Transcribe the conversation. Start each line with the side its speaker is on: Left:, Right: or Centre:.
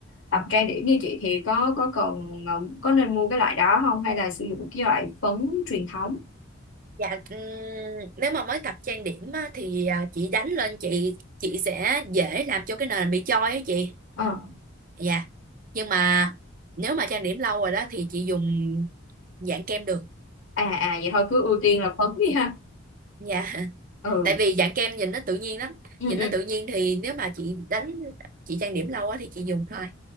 Left: tập trang điểm như chị thì có có cần ờ, có nên mua cái loại đó không hay là sử dụng cái loại phấn truyền thống?
Right: dạ ừm, nếu mà mới tập trang điểm á, thì à, chị đánh lên chị chị sẽ dễ làm cho cái nền bị choi á chị
Left: Ờ.
Right: dạ nhưng mà nếu mà trang điểm lâu rồi đó thì chị dùng dạng kem được
Left: À à vậy thôi cứ ưu tiên
Right: ừ.
Left: là phấn đi ha.
Right: dạ <laughs>
Left: Ừ.
Right: tại vì dạng kem nhìn nó tự nhiên lắm
Left: Ừ
Right: nhìn
Left: ừ.
Right: nó tự nhiên thì nếu mà chị đánh chị trang điểm lâu á thì chị dùng thôi